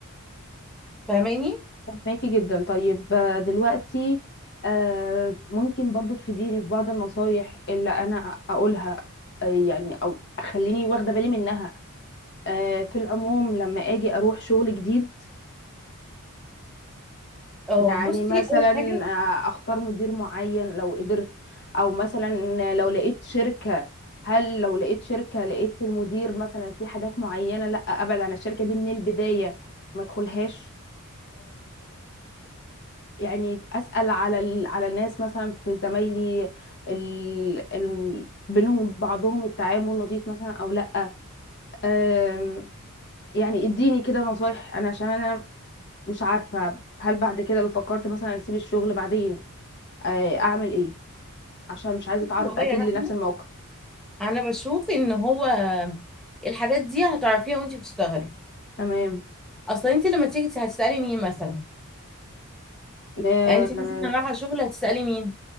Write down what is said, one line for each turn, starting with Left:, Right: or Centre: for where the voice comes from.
Centre: فاهماني
Left: فهماكي جدا طيب آه، دلوقتي آه، ممكن برضو تفيديني في بعض النصايح اللي انا اقولها آه، يعني او اخليني واخده بالي منها آه، في العموم لما اجي اروح شغل جديد
Centre: اه
Left: يعني
Centre: بصي
Left: مثلا
Centre: اول حاجه
Left: آه، اختار مدير معين لو قدرت او مثلا لو لقيت شركه هل لو لقيت شركه لقيت المدير مثلا في حاجات معينه لا ابعد عن الشركه دي من البدايه ما ادخلهاش يعني اسال على ال... على الناس مثلا في زمايلي ال... ال... بينهم وبعضهم التعامل لطيف مثلا او لا أم... يعني اديني كده نصايح انا عشان انا مش عارفه هل بعد كده لو فكرت مثلا اسيب الشغل بعدين آه، اعمل ايه عشان مش عايزه
Centre: بصي
Left: اتعرض
Centre: والله
Left: اكيد
Centre: يا رحمه
Left: لنفس الموقف
Centre: انا بشوف ان هو الحاجات دي هتعرفيها وانت بتشتغلي
Left: تمام
Centre: اصلا انت لما تيجي هتسالي مين مثلا
Left: آه،
Centre: يعني انت مثلا رايحه شغل هتسالي مين